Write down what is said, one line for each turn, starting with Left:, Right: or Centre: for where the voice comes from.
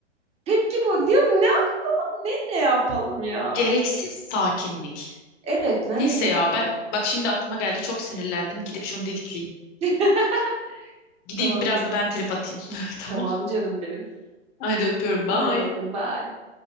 Right: Tepki bu. Diyorum ne yapalım? Ne ne yapalım ya?
Left: Gereksiz sakinlik.
Right: Evet ben
Left: Neyse
Right: de gereksiz.
Left: ya ben bak şimdi aklıma geldi çok sinirlendim. Gidip şunu dedikleyeyim.
Right: <laughs>
Left: Gideyim
Right: Tamam
Left: biraz
Right: canım.
Left: da ben trip atayım. <laughs> Tamam.
Right: Tamam canım benim.
Left: Hadi öpüyorum.
Right: Ben
Left: Bye.
Right: de öptüm. Bye.